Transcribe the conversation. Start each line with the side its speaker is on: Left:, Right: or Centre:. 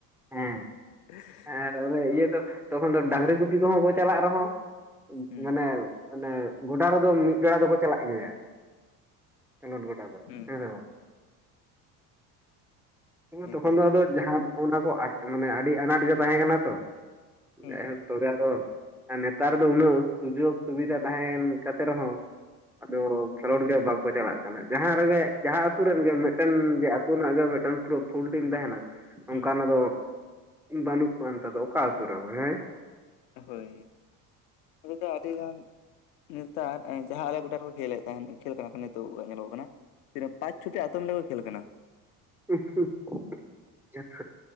Centre: ᱦᱮᱸ᱾
Left: <inaudible>
Centre: ᱦᱮᱸᱨ ᱚᱨᱮ ᱤᱭᱟᱹ ᱫᱚ ᱛᱚᱠᱷᱚᱱ ᱫᱚ ᱰᱟᱺᱜᱽᱨᱤ ᱜᱩᱯᱤ ᱠᱚᱦᱚᱸ ᱠᱚ ᱪᱟᱞᱟᱜ ᱨᱮᱦᱚᱸ ᱩᱸᱵ
Left: ᱦᱩᱸ
Centre: ᱢᱟᱱᱮ ᱚᱱᱮ ᱜᱚᱰᱟ ᱨᱮᱫᱚ ᱢᱤᱫ ᱵᱮᱲᱟ ᱫᱚᱠᱚ ᱪᱟᱞᱟᱜ ᱜᱮᱭᱟ, ᱠᱷᱮᱞᱳᱸᱰ ᱜᱚᱰᱟ ᱫᱚ
Left: ᱦᱩᱸ
Centre: ᱦᱮᱸᱥᱮ ᱵᱟᱝ? ᱱᱤᱛᱚᱝ ᱫᱚ
Left: ᱮᱠᱟᱞ
Centre: ᱛᱚᱠᱷᱚᱱ ᱫᱚ
Left: ᱜᱮ
Centre: ᱟᱫᱚ ᱡᱟᱦᱟᱸ ᱚᱱᱟ ᱠᱚ ᱟᱡ ᱢᱟᱱᱮ ᱟᱹᱰᱤ ᱟᱱᱟᱴ ᱜᱮ ᱛᱟᱦᱮᱸ ᱠᱟᱱᱟ ᱛᱚ᱾
Left: ᱦᱩᱸ
Centre: ᱱᱮᱜᱼᱮ ᱛᱚᱡᱟ ᱫᱚ ᱟᱨ ᱱᱮᱛᱟᱨ ᱫᱚ ᱩᱱᱟᱹᱣ ᱥᱩᱡᱳᱜᱽ ᱥᱩᱵᱤᱫᱷᱟ ᱛᱟᱦᱮᱸᱱ ᱠᱟᱛᱮ ᱨᱮᱦᱚᱸ ᱟᱫᱚ ᱠᱷᱮᱞᱳᱰ ᱜᱮ ᱵᱟᱝᱠᱚ ᱪᱟᱞᱟᱜ ᱠᱟᱱᱟ, ᱡᱟᱦᱟᱸ ᱨᱮᱜᱮᱜ ᱡᱟᱦᱟᱸ ᱟᱹᱛᱩ ᱨᱮᱱ ᱜᱮ ᱢᱤᱫᱴᱮᱱ ᱜᱮ ᱟᱹᱛᱩ ᱨᱮᱱᱟᱜ ᱜᱮ ᱢᱤᱫᱴᱮᱱ ᱯᱩᱨᱟᱹ ᱯᱷᱩᱞ ᱴᱤᱢ ᱛᱟᱦᱮᱸᱱᱟ,
Left: ᱦᱩᱸ
Centre: ᱚᱸᱠᱟ ᱱᱟᱜ ᱫᱚ ᱵᱟᱹᱱᱩᱜ ᱠᱚᱣᱟ ᱱᱮᱛᱟᱨ ᱫᱚ ᱚᱠᱟ ᱟᱹᱛᱩ ᱨᱮᱦᱚᱸ ᱦᱮᱸ,
Left: ᱦᱳᱭ, ᱱᱚᱰᱮ ᱫᱚ ᱟᱹᱰᱤ ᱜᱟᱱ ᱱᱮᱛᱟᱨ ᱮᱸ ᱡᱟᱦᱟᱸ ᱟᱞᱮ ᱜᱚᱰᱟ ᱨᱮᱠᱚ ᱠᱷᱮᱞ ᱞᱮᱫ ᱛᱟᱦᱮᱸᱱ ᱠᱷᱮᱞ ᱠᱟᱱᱟ ᱠᱚ ᱱᱤᱛᱚᱜᱼᱜᱚᱜᱼᱟᱜᱼᱟ ᱧᱮᱞᱳᱜ ᱠᱟᱱᱟ, ᱛᱤᱱᱟᱹᱜ ᱯᱟᱸᱪ ᱪᱷᱚ ᱴᱤ ᱟᱹᱛᱩ ᱢᱤᱞᱟᱹᱣ ᱠᱚ ᱠᱷᱮᱞ ᱠᱟᱱᱟ᱾
Centre: <inaudible> ᱡᱮᱦᱮᱛᱩ ᱡᱳᱛᱳ